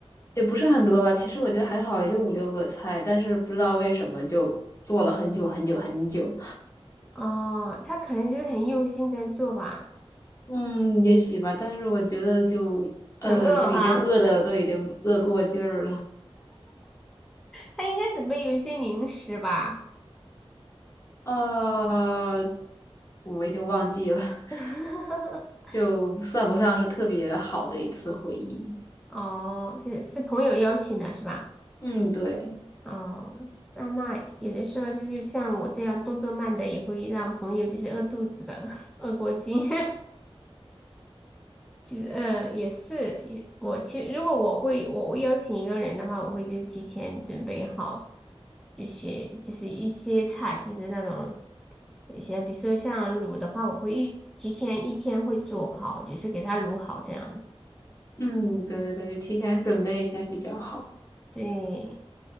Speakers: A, on the left; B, in the centre.
A: 也不是很多吧，其实我觉得还好，也就五六个菜，但是不知道为什么就做了很久很久很久，
B: 哦，他可能就是很用心在做吧，
A: 嗯，也许吧，但是我觉得就呃就已经饿的都已经饿过劲儿了，
B: 很饿哈。他应该准备有一些零食吧？
A: 呃，我已经忘记了，<laughs>
B: <laughs>
A: 就算不上是特别好的一次回忆，
B: 哦，这是朋友邀请的是吧？
A: 嗯，对，
B: 哦，那那有的时候就是像我这样动作慢的，也会让朋友就是饿肚子的，<laughs> 饿过劲。<laughs> 其实，嗯，也是，也我其实如果我会我会邀请一个人的话，我会就是提前准备好，就是就是一些菜，就是那种。有些比如说像卤的话，我会一提前一天会做好，就是给它卤好这样子。
A: <laughs> 嗯，对对对，就提前准备一下比较好。
B: 对，